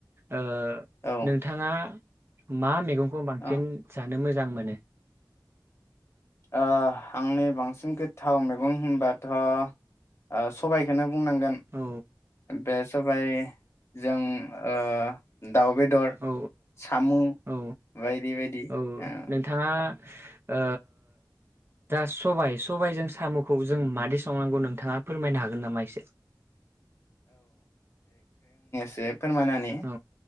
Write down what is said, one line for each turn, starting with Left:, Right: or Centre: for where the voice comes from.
Right: ओ
Left: औ
Right: नोंथांङा मा मेगं खौ बांसिन
Left: औ
Right: जानो मोजां मोजां मोनो
Left: ओ आंनि बांसिन गोथाव मैगं होनबाथ' ओ सबायखौनो बुंनांगोन
Right: औ
Left: बे सबाइ जों ओ दाउ बेदर
Right: औ
Left: साम'
Right: औ
Left: बायदि बायदि
Right: औ
Left: ओम
Right: नोंथाङा ओ दा सबाय सबायजों साम'खौ जों मादि संनांगौ नोंथाङा फोरमायनो हागोन नामा एसे?
Left: <unintelligible> फोरमायना होनि
Right: औ